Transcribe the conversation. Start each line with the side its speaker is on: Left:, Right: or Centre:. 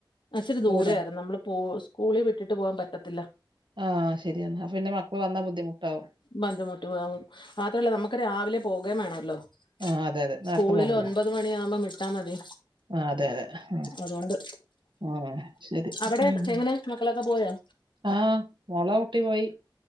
Left: ആച്ചരി ദൂരെയായിരുന്നു
Right: ദൂരെ
Left: നമ്മള് പോ കൂളി വിട്ടിട്ട് പോകാൻ പറ്റത്തില്ല
Right: ആഹ് ശരിയാണ് അപ്പൊ പിന്നെ മക്കള് വന്നാ ബുദ്ധിമുട്ടാവും
Left: ബന്ധിമുട്ട് പാവും മാത്രല്ല നമ്മക്ക് രാവിലെ പോകയും വേണല്ലോ
Right: ആഹ് അതെ അതെ നേരത്തെ
Left: സ്കൂളില്
Right: പോണല്ലേ
Left: ഒൻപത് മണിയാവുമ്പം വിട്ടാ മതി
Right: ആഹ് അതെ അതെ ആഹ്
Left: അതുകൊണ്ട്
Right: ആഹ് ശരി
Left: അവിടെ
Right: ഉം
Left: എങ്ങനെ മക്കളൊക്കെ പോയോ
Right: ആഹ് മോളെ കുട്ടി പോയി